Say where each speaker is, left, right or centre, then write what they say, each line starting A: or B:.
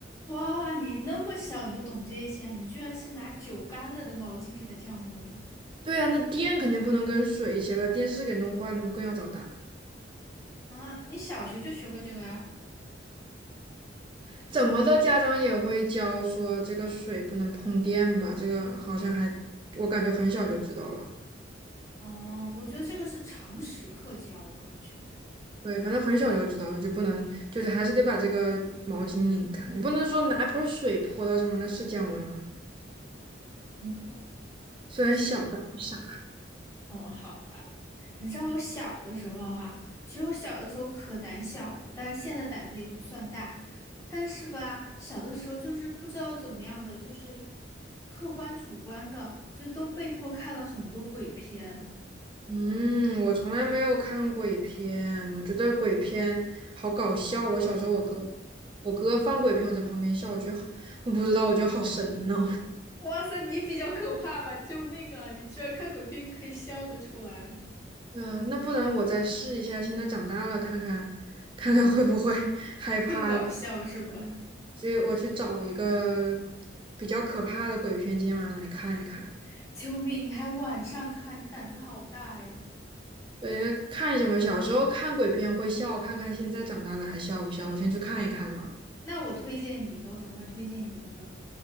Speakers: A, on the left (about 15°); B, on the right (about 25°).
A: 哇，你那么小你就懂这些啊，你居然是拿酒干了的毛巾给它降温
B: 对呀，那电肯定不能跟水一起把电视给弄坏，那不更要找打？
A: 啊！你小学就学过这个呀？
B: 怎么的，家长也会教说这个水不能碰电吧？这个好像还，我感觉很小就知道了。
A: 哦，我觉得这个是常识课教的，好像。
B: 对，反正很小就知道了，就不能，就是还是得把这个毛巾拧干，你不能说拿盆儿水泼到上面，那是降温了。
A: 嗯，
B: 虽然小，
A: 是
B: 但不傻。
A: 哦，好吧。你知道我小的时候哈，其实我小的时候可胆小了，但是现在胆子也不算大。但是吧，小的时候就是不知道怎么样的，就是客观主观的，就都被迫看了很多鬼片。
B: 嗯，我从来没有看鬼片，我觉得鬼片好搞笑。我小时候，我哥，我哥放鬼片，我在旁边笑，我觉得好我不知道，我觉得好神呢、
A: 哇塞，你比较可怕吧？救命啊！你居然看鬼片可以笑得出来，
B: 嗯、<laughs> 呃那不然我再试一下，现在长大了，看看看看会不会 <laughs> 害怕了。
A: 更搞笑是吧？
B: 去，我去找一个比较可怕的鬼片，今天晚上来看一看。
A: <laughs> 救命！你还晚上看，你胆子好大呀！
B: 对，看一下嘛，小时候看鬼片会笑，看看现在长大了还笑不笑？我先去看一看了。
A: 那我推荐你一个，我等会儿推荐你一个，